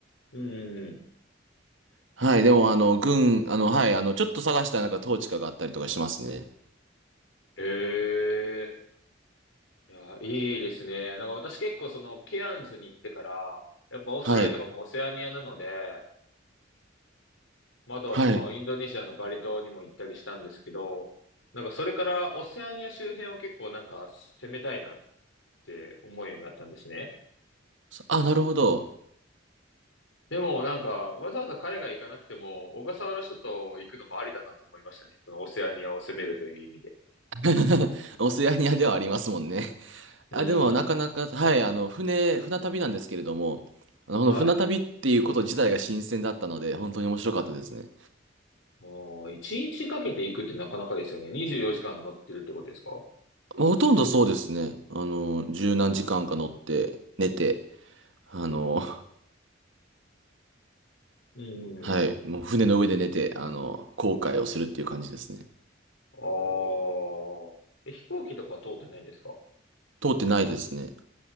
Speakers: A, on the left; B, on the right.
A: うんうんうん。
B: はい、でも、あの、軍、あの、はい、あの、ちょっと探したらなんか統治下があったりとかしますね。
A: ええいや、いいですね。なんか私結構そのケアンズに行ってから、やっぱオーストラリアとかもオセアニアなので、
B: はい、
A: まあ、あとはそのインドネシアのバリ島にも行ったりしたんですけど、
B: はい。
A: なんかそれからオセアニア周辺を結構なんか攻めたいなって思うようになったんですね。
B: あ、なるほど。
A: でもなんかわざわざ海外行かなくても小笠原諸島行くのもありだなと思いましたね。そのオセアニアを攻めるという意味で。
B: <laughs> オセアニアではありますもんね。
A: うん。
B: あ、でも、なかなか、はい、あの、船、船旅なんですけれども、あの、
A: はい。
B: この船旅っていうこと自体が新鮮だったので、
A: あ
B: 本当に面白かったですね。
A: あ、一日かけて行くってなかなかですよね。24時間乗ってるってことですか
B: まあほとんどそうですね。あの、十何時間か乗って、寝て、あの、
A: うんうん。
B: はい、もう船の上で寝て、あの、航海をするっていう感じですね。
A: ああ。え、飛行機とかは通ってないんですか
B: 通ってないですね。